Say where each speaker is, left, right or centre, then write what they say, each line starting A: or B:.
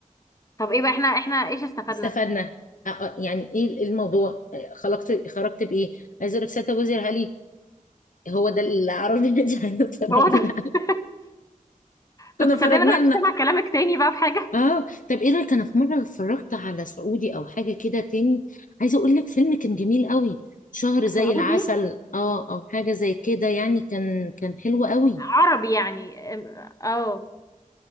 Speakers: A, on the left; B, on the left.
A: طب ايه بقى احنا احنا ايش استفدنا
B: استفدنا أ- أ- يعني ايه الموضوع أ- خلقت خرجت بايه عايزه اقول لك سيادة وزير علي هو ده العربي اللي <laughs> عايزه تفرجينا
A: هو ده <laughs>
B: كنا
A: طب تصدقني
B: فرجنا
A: انا
B: لنا
A: مش سامع كلامك تاني بقى في حاجه
B: اه طب ايه رايك انا في مره اتفرجت على سعودي او حاجه كده تاني عايزه اقول لك فيلم كان جميل قوي شهر زي
A: سعودي
B: العسل اه او حاجه زي كده يعني كان كان حلو قوي
A: عربي يعني ام، اه